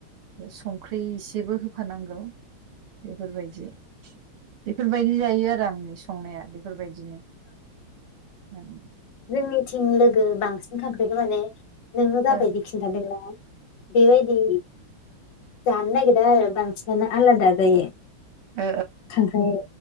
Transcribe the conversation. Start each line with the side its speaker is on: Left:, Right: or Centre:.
Right: संख्रि इसेबो होफानांगौ बेफोरबायदि। बेफोरबायदि जायो आरो आंनि संनाया बेफोरबाय दिनो। ओं।
Left: जोंनिथिं लोगो बांसिन खांख्राखो माने नोङो जाबायदि
Right: औ
Left: खिन्थादोंना बेबायदि जानो नागिदा आरो बां आलादा जायो।
Right: औ
Left: खांख्राय